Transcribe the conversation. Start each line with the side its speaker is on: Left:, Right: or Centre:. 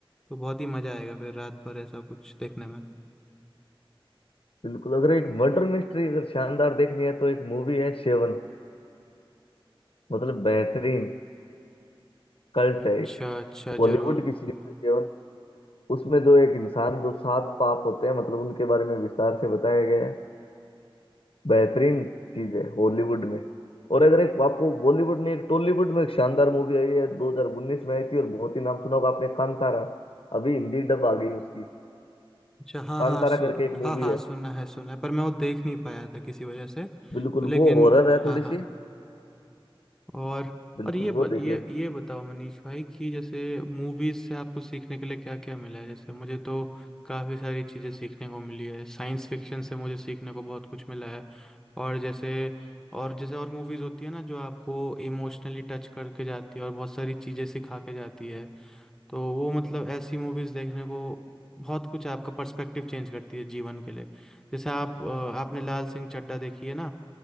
Centre: तो बहुत ही मज़ा आएगा फिर रात भर ऐसा कुछ देखने में
Left: बिल्कुल अगर एक मर्डर मिस्ट्री अगर शानदार देखनी है तो एक मूवी है सेवन मतलब बेहतरीन कल्ट
Centre: अच्छा
Left: है एक
Centre: अच्छा
Left: बॉलीवुड
Centre: जरूर
Left: की सीरीज है सेवन उसमें जो एक इंसान जो सात पाप होते हैं मतलब उनके बारे में विस्तार से बताया गया है बेहतरीन चीज है हॉलीवुड में और अगर एक आपको बॉलीवुड नहीं एक टॉलीवुड में एक शानदार मूवी आई है 2019 में आई थी और बहुत ही नाम सुना होगा आपने कांतारा अभी हिंदी डब आ गई उसकी
Centre: अच्छा हाँ
Left: कांतारा
Centre: हाँ सुन
Left: करके एक मूवी
Centre: हाँ हाँ
Left: है
Centre: सुनना है सुना है पर मैं वो देख नहीं पाया था किसी वजह से तो
Left: बिल्कुल
Centre: लेकिन
Left: वो हॉरर
Centre: हाँ
Left: है थोड़ी
Centre: हाँ
Left: सी
Centre: और
Left: बिल्कुल
Centre: और ये ब,
Left: वो देखिए
Centre: ये ये बताओ मनीष भाई कि जैसे मूवीज से आपको सीखने के लिए क्या क्या मिला है जैसे मुझे तो काफ़ी सारी चीज़ें सीखने को मिली है साइंस फिक्शन से मुझे सीखने को बहुत कुछ मिला है और जैसे और जैसे और मूवीज होती है ना जो आपको इमोशनली टच करके जाती है और बहुत सारी चीज़ें सिखा के जाती है तो वो मतलब ऐसी मूवीज देखने को बहुत कुछ आपका पर्सपेक्टिव चेंज करती है जीवन के लिए जैसे आप अ, आपने लाल सिंह चड्ढा देखी है ना